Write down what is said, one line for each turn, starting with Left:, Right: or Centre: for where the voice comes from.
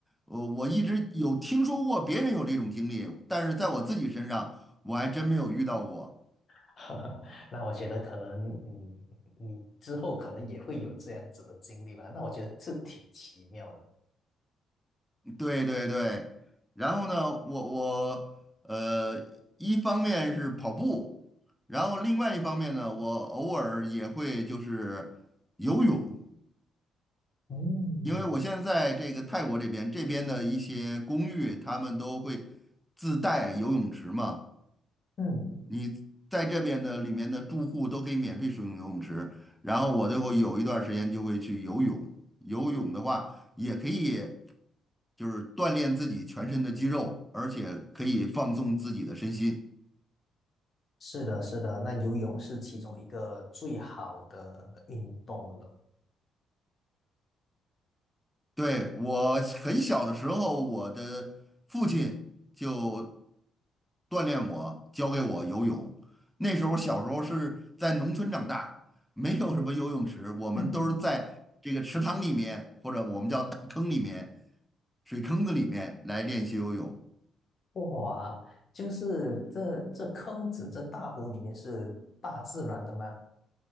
Centre: 呃，我一直有听说过别人有这种经历，但是在我自己身上我还真没有遇到过。
Left: <laughs> 那我觉得可能，嗯，你之后可能也会有这样子的经历吧。那我觉得是挺奇妙的。
Centre: 对对对，然后呢，我我呃，一方面是跑步，然后另外一方面呢，我偶尔也会就是游泳，
Left: 嗯
Centre: 因为我现在在这个泰国这边，这边的一些公寓他们都会自带游泳池嘛，
Left: 嗯，
Centre: 你在这边的里面的住户都可以免费使用游泳池，然后我就会有一段时间就会去游泳，游泳的话也可以。就是锻炼自己全身的肌肉，而且可以放松自己的身心。
Left: 是的，是的，那游泳是其中一个最好的运动了。
Centre: 对，我很小的时候，我的父亲就锻炼我，教给我游泳。那时候小时候是在农村长大，没有什么游泳池，我们都是在这个池塘里面，
Left: <laughs>
Centre: 或者我们叫大坑里面、水坑子里面来练习游泳。
Left: 哇，就是这这坑子这大湖里面是大自然的吗？